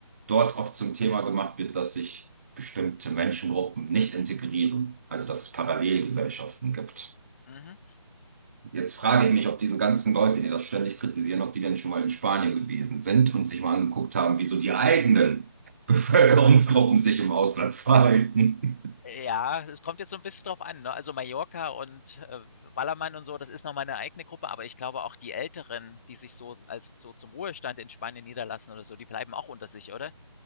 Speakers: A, on the right; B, on the left.
A: dort oft zum Thema gemacht wird, dass sich bestimmte Menschengruppen nicht integrieren, also dass es Parallelgesellschaften gibt.
B: Mhm.
A: Jetzt frage ich mich, ob diese ganzen Leute, die das ständig kritisieren, ob die denn schon mal in Spanien gewesen sind und sich mal angeguckt haben, wie so die eigenen <laughs> Bevölkerungsgruppen sich im Ausland verhalten.
B: Ja, es kommt jetzt so ein bisschen drauf an, ne? Also, Mallorca und, äh, Ballermann und so, das ist noch meine eigene Gruppe, aber ich glaube auch die Älteren, die sich so also, so zum Ruhestand in Spanien niederlassen oder so, die bleiben auch unter sich, oder?